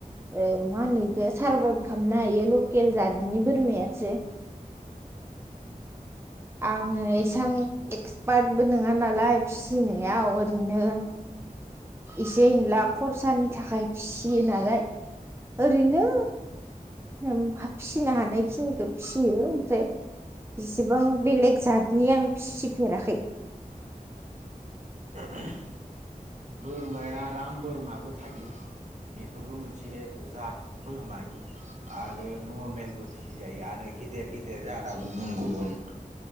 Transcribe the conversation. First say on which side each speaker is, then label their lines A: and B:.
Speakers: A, on the right; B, on the right.
A: औ मा होनोैखौ सारभाइभ खालामनो हायो लकेल जादनि बोरमायासो आङो एसबां एक्सपार्टबो नङा नालाय फिसिनायाव ओरैनो एसे होनला खरसानि थाखाय फिसियो नालाय ओरैनो फिसिनो हानाय खिनिखौ फिसियो ओमफ्राय बेसिबां बेलेग जतनि आं फिसिफेराखै
B: <unintelligible> बोरमाया राम बोरमाबो थायो। बेफोरबो मोनसे जात बोरमानि आरो नरमेलबो फिसिजायो आरो गेदेर गेदेर जाग्रा गुबुन गुबुन